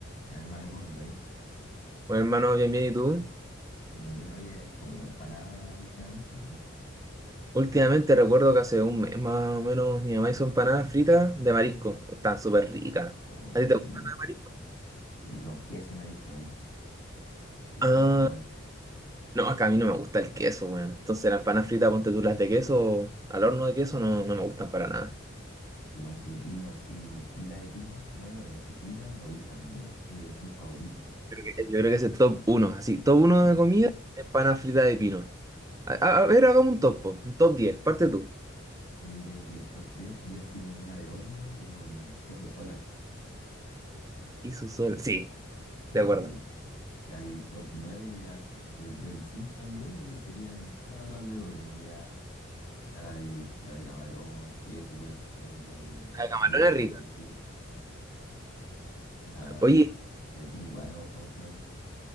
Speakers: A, on the left; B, on the right.
A: Bien, hermano, ¿cómo andáis?
B: Bueno, hermano, bien, bien, ¿y tú?
A: Bien, bien. Oye, ¿has comido empanada últimamente, weón?
B: Últimamente recuerdo que hace un mes más o menos mi mamá hizo empanadas fritas de marisco. Están súper ricas.
A: Oh, qué
B: ¿A ti te
A: rico.
B: gustan las de marisco?
A: Y con queso y marisco me gusta. Y
B: Ah,
A: con camarón.
B: no, acá a mí no me gusta el queso, weón. Entonces las empanadas fritas, ponte tú las de queso, al horno de queso, no, no me gustan para nada.
A: Las de pino, así, frita de pino, no de horno, así frita, me gustan mucho. Yo Diría que son mis favoritas.
B: Creo que- yo creo que ese es top uno así, top uno
A: Sí.
B: de comida, empanadas fritas de pino. A, a- a ver, hagamos un top, po, un top 10 parte tú.
A: Yo diría que el top 10 sería así como una de horno, pero mm, queso sola.
B: Y su sol.
A: Un-
B: Sí,
A: sí,
B: de acuerdo.
A: sí. u- Ya hay top 9 ya s- de- del 5 al 9 ya serían todas las otras de horno, que ya está la de, la de camarón, queso, pues, la de
B: La de camarón
A: marisco
B: es rica.
A: surtido. La,
B: Oye,
A: la de pino igual no me gusta mucho en horno.